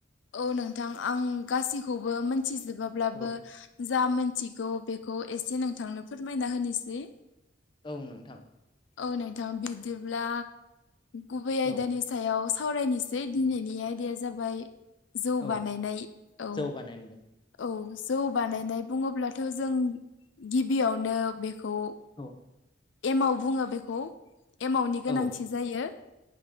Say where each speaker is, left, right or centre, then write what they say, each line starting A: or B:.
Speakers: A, on the left; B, on the left.
A: औ नोंथां आं गासैखौबो मोनथिजोब्लाबो
B: औ
A: जा मोन मिथिगौ बेखौ एसे नोंथांनो फोरमायना होनोसै
B: औ नोंथां
A: औ नोंथां बिदिब्ला गुबै
B: औ
A: आयदानि सायाव साव सावरायनोसै दिनैनि आयदाया जाबाय जौ
B: औ
A: बानायनाय औ
B: जौ बानायनाय
A: औ जौ बानायनाय बुङोब्लाथ' जों गिबियावनो बेखौ
B: औ
A: एमाव बुङो बेखौ एमावनि गोनांथि
B: औ
A: जायो